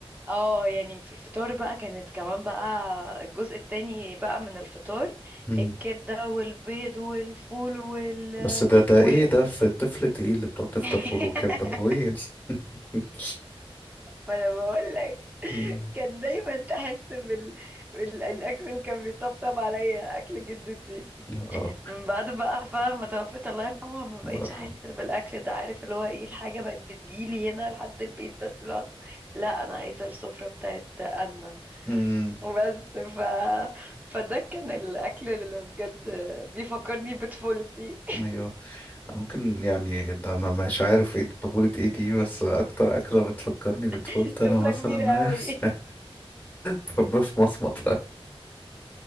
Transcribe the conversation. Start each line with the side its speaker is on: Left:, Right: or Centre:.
Right: اه يعني في الفطار بقى كانت كمان بقى الجزء التاني بقى من الفطار
Left: أمم.
Right: الكبدة والبيض والفول وال
Left: بس ده ده
Right: وال
Left: ايه ده في الطفل ايه اللي بتقعد تفطر
Right: <laughs>
Left: فول وكبده وهي <laughs>
Right: ما انا بقول لك
Left: أمم،
Right: كان دايما تحس بال... بال... الاكل اللي كان بيطبطب عليا اكل جدتي
Left: اه
Right: من بعد بقى فعلا ما توفيت الله يرحمها ما بقيتش
Left: الله يرحمه
Right: احس بالاكل ده عارف اللي هو ايه الحاجه بقت بتجيلي هنا لحد البيت بس اللي هو لا انا عايزه السفره بتاعت انا
Left: أمم،
Right: بس ف فده كان الاكل اللي بجد بيفكرني بطفولتي
Left: ايوه ممكن يعني ده انا مش عارف ايه طفوله ايه دي بس اكتر اكله بتفكرني بطفولتي
Right: <laughs> طفله
Left: انا مثلا
Right: كبيره قوي
Left: <laughs> تربيه في مصمت